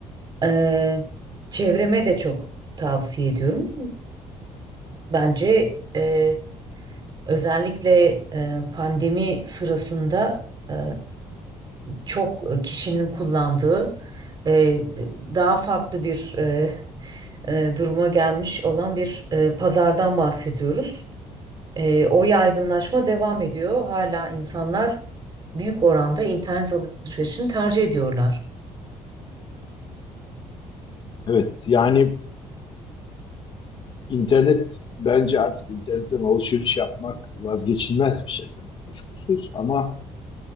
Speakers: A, on the right; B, on the left.
A: E, çevreme de çok tavsiye ediyorum. Bence e, özellikle e, pandemi sırasında e, çok kişinin kullandığı e, daha farklı bir e, e, duruma gelmiş olan bir e, pazardan bahsediyoruz. E, o yaygınlaşma devam ediyor. Hala insanlar büyük oranda internet alışverişini tercih ediyorlar.
B: Evet, yani İnternet bence artık internetten alışveriş yapmak vazgeçilmez bir şey tabii kuşkusuz ama